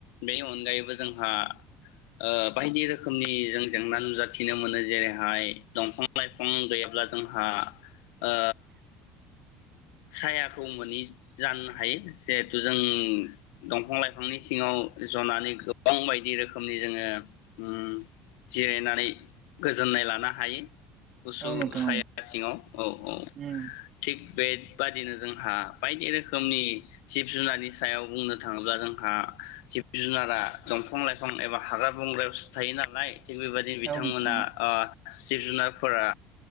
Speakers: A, on the left; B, on the right.
A: बेनि अनगायैबो जोंहा ओ बायदि रोखोमनि जों जेंना नुजाथिनो मोनो। जेरैहाय दंफां लाइफां गैयाब्ला जोंहा ओ सायाखौ मोनै जानो हायो। जिहेथु जों दंफां लाइफांनि सिङाव जनानै गोबां बायदि रोखोमनि जोङो उम जिरायनानै गोजोननाय लानो हायो । गुसु
B: औ नोंथां
A: साया
B: औ
A: सिङाव औ औ।
B: उम
A: थिग बे बादिनो जोंहा बायदि रोखोमनि जिब जुनारनि सायाव बुंनो थाङोब्ला जोंहा जिब जुनारा दंफां लाइफां एबा हाग्रा बंग्रायावसो थायो नालाय थिग बेबायदिनो बिथांमोना
B: औ नोंथां औ
A: आब जिब जुनारफोरा